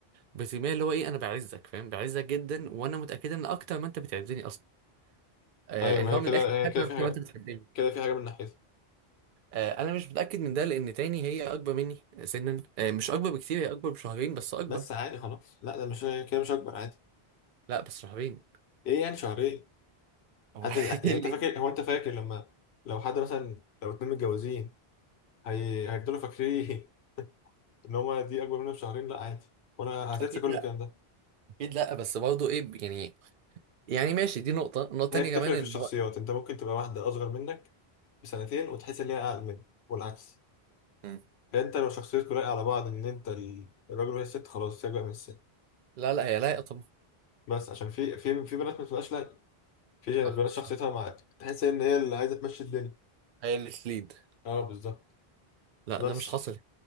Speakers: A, on the right; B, on the left.
A: بترميها اللي هو ايه انا بعزك فاهم بعزك جدا وانا متأكدة ان اكتر ما انت بتعزني اصلا آه
B: ايوه
A: اللي
B: ما هي
A: هو من
B: كده
A: الاخر
B: هي
A: بحبك
B: كده في
A: اكتر
B: حاجه
A: ما انت بتحبني
B: كده في حاجه من ناحيتها
A: آه انا مش متأكد من ده لان تاني هي اكبر مني سنا آه مش اكبر بكتير هي اكبر بشهرين بس اكبر
B: بس عادي خلاص لا ده مش كده مش اكبر عادي
A: لا بس شهرين
B: ايه يعني شهرين
A: هو
B: هت...
A: <laughs>
B: يعني
A: إيه اللي-
B: انت فاكر هو انت فاكر لما لو حد مثلا لو اتنين متجوزين هي... هيفضلوا فاكرين <laughs> ان هما دي اكبر مني بشهرين لا عادي وانا هتنسى
A: اكيد
B: كل
A: لا
B: الكلام ده
A: اكيد لا بس برضه ايه يعني يعني ماشي دي نقطة النقطة التانية
B: هي بتفرق
A: كمان ان
B: في الشخصيات
A: هو
B: انت ممكن تبقى واحده اصغر منك بسنتين وتحس ان هي اقل منك والعكس
A: مم.
B: فانت لو شخصيتكوا لايقه على بعض ان انت ال- الراجل وهي الست خلاص هي اكبر من الست
A: لا لا هي لايقة طبعا
B: بس عشان في في في بنات ما بتبقاش لايقه في
A: صح
B: بنات شخصيتها
A: صح
B: معاك تحس ان هي اللي عايزه تمشي الدنيا
A: هي اللي تليد
B: اه بالظبط
A: لا
B: بس
A: ده مش حاصل